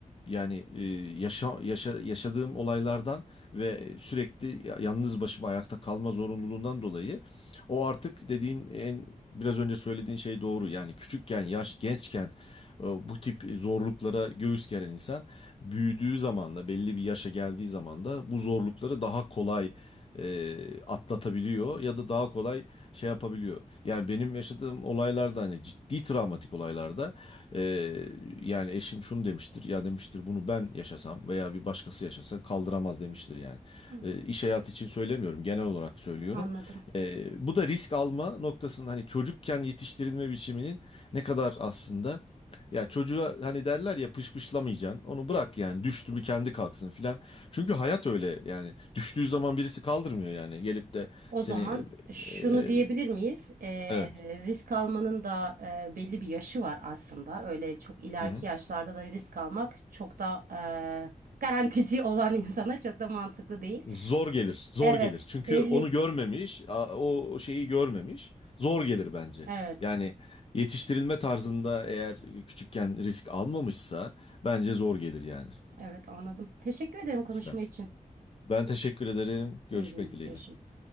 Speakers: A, on the left; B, on the right.
A: yani e, yaşa, yaşa- yaşadığım olaylardan ve sürekli yalnız başıma ayakta kalma zorunluluğundan dolayı o artık dediğin en biraz önce söylediğin şey doğru. Yani küçükken, yaş gençken e, bu tip zorluklara göğüs geren insan büyüdüğü zaman da belli bir yaşa geldiği zaman da bu zorlukları daha kolay e, atlatabiliyor ya da daha kolay şey yapabiliyor. Yani benim yaşadığım olaylarda hani ciddi travmatik olaylarda e, yani eşim şunu demiştir ya demiştir bunu ben yaşasam veya bir başkası yaşasa kaldıramaz demiştir yani.
B: Hı.
A: E, iş hayatı için söylemiyorum genel olarak söylüyorum.
B: Anladım.
A: Ee, bu da risk alma noktasının hani çocukken yetiştirilme biçiminin ne kadar aslında ya çocuğa hani derler ya pışpışlamayacaksın onu bırak yani düştü mü kendi kalksın filan. Çünkü hayat öyle yani düştüğü zaman birisi kaldırmıyor yani gelip de
B: O
A: seni
B: zaman
A: e,
B: şunu
A: e,
B: diyebilir miyiz? Ee,
A: evet.
B: risk almanın da e, belli bir yaşı var aslında. Öyle çok ileriki
A: Hı hı.
B: yaşlarda da risk almak çok da e, garantici <laughs> olan insana çok da mantıklı değil.
A: Zor gelir, zor
B: Evet,
A: gelir. Çünkü
B: belli.
A: onu görmemiş, a- o o şeyi görmemiş. Zor gelir bence.
B: Evet.
A: Yani yetiştirilme tarzında eğer küçükken risk almamışsa bence zor gelir yani.
B: Evet anladım. Teşekkür ederim
A: Büşra.
B: konuşma için.
A: Ben teşekkür ederim. Görüşmek
B: İyi günler.
A: dileğiyle.
B: Görüşürüz.